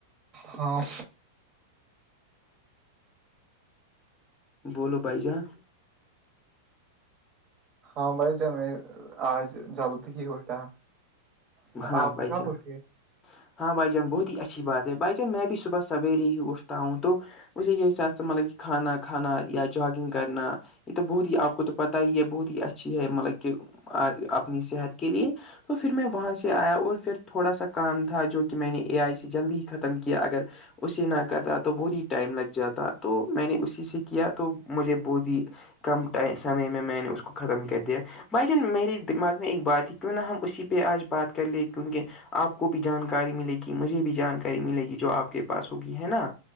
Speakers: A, on the right; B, on the left.
A: ہاں
B: بولو بھائ جان
A: ہاں بھائی جان میں آج جلدی ہی اٹھا
B: ہاں
A: آپ
B: بھائی
A: کب
B: جان
A: اٹھے
B: ہاں بھائی جان بہت ہی اچھی بات ہے بھائی جان میں بھی صبح سویرے ہی اٹھتا ہوں تو ویسے کہ ساتھ سے مطلب کہ کھانا کھانا یا جاگنگ کرنا یہ تو بہت ہی آپ کو تو پتا ہی ہے بہت ہی اچھی ہے مطلب کہ اپنی صحت کے لیے تو پھر میں وہاں سے سے آیا اور پھر تھوڑا سا کام تھا جو کہ میں نے اے آئی سے جلدی ہی ختم کیا اگر اسے نہ کرتا تو بہت ہی ٹائم لگ جاتا تو میں نے اسی سے کیا تو مجھے بہت ہی کم ٹ سمے میں میں نے اس کو ختم کر دیا بھائی جان میرے دماغ میں ایک بات ہے کیوں نہ ہم اسی پہ آج بات کر لے کیونکہ آپ کو بھی جانکاری ملے گی مجھے بھی جانکاری ملے گی جو آپ کے پاس ہوگی ہے نا